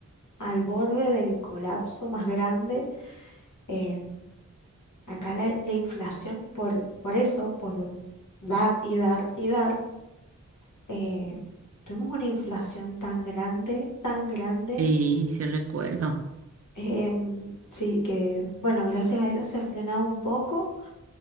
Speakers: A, on the left; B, on the right.
A: al borde del colapso más grande. eh, Acá la, la inflación, por, por eso, por dar y dar y dar, eh, tuvimos una inflación tan grande, tan grande,
B: Sí, sí recuerdo,
A: em, sí que, bueno, gracias a Dios se ha frenado un poco,